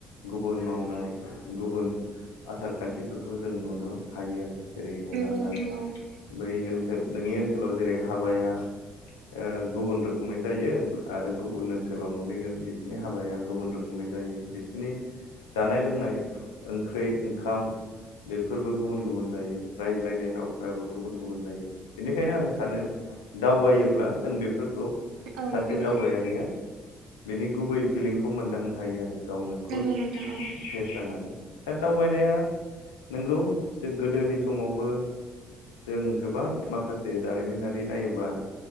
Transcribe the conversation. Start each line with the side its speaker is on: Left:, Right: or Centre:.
Left: गुबुन मावनाय गुबुन आसार खान्थिफोरखौ जों नुनो हायो आरो। जेरै हमनानै
Right: नंगौ नोंथां
Left: ला
Right: औ
Left: बै ओनसोल नोंनि ओनसोलाव जेरै हाबाया ओ गुबुन रोखोमै जायो आरो गुबुन ओनसोलाव नुहैगोन बिसोरनि हाबाया गुबुन रोखोमै जायो बिसनि जानाय लोंनाय ओंख्रि ओंखाम बेफोरबो गुबुन गुबुन जायो रायज्लायनाय रावफोराबो गुबुन गुबुन जायो बेनिखायनो आं सानो दावबायोब्ला जों बेफोर खौ
Right: औ
Left: सासे
Right: नंगौ नोंथां
Left: दावबायारिया बेनि गुबै फिलिंखौ मोनदांनो हायो आरो। गावनो
Right: नंगौ
Left: खुद
Right: नोंथां औ
Left: फेस जानानै दा दावबायनाया नंगौ गोदोनि समावबो जों गोबां माखासे जारिमिनारि नायोबा